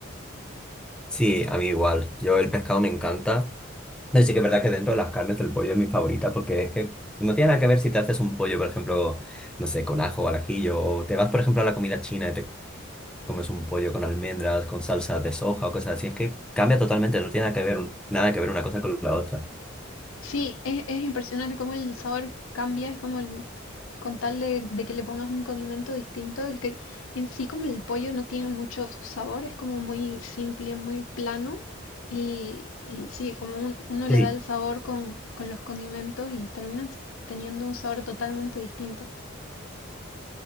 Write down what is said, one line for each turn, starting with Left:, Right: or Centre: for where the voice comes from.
Centre: sí, a mí igual. Yo el pescado me encanta. Pero sí que es verdad que dentro de las carnes el pollo es mi favorita porque es que no tiene nada que ver si te haces un pollo, por ejemplo, no sé, con ajo o al ajillo, o te vas, por ejemplo, a la comida china y te comes un pollo con almendras, con salsa de soja o cosas así. Es que cambia totalmente, no tiene nada que ver, nada que ver una cosa con la otra.
Left: Sí, es, es impresionante cómo el sabor cambia, es como el, con tal de, de que le pongas un condimento distinto, es que en sí como el pollo no tiene mucho sabor, es como muy simple, muy plano, y, y sí, como un- uno
Centre: sí
Left: le
Centre: sí.
Left: da el sabor con, con los condimentos y terminas teniendo un sabor totalmente distinto.